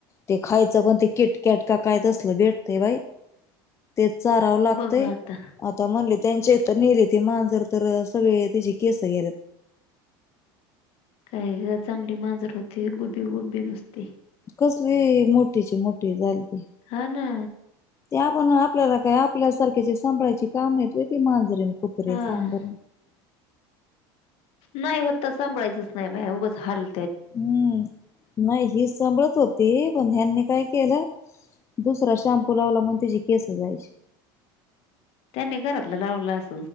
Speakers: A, on the left; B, on the left.
A: ते खायचं पण ते किटक्याटका कायत असलं भेट. ते बाई तेच चाराव लागतय
B: बघा आता.
A: आता म्हणले त्यांच्या. नेले ते मांजर तर सगळे तचे केस गेलेत.
B: का चांगली मांजर होते गुबे गुबे नुसते.
A: कसली मोठीची मोठी झाली.
B: हा ना.
A: ते आपण आपल्याला काय आपल्यासारख्याचे सांभळायचे काम येतय ती मांजरे. कुत्रे
B: हां.
A: सांग बर.
B: नाही होत सांभाळायचंच नाही बाय उगंच हाल.
A: हम्म नाही हि सांभळत होती पण. त्यांनी काय केलं दुसरा श्यामपू लावला म्हून त्याची केस जायची.
B: त्यांनी घरातलं लावलं अस.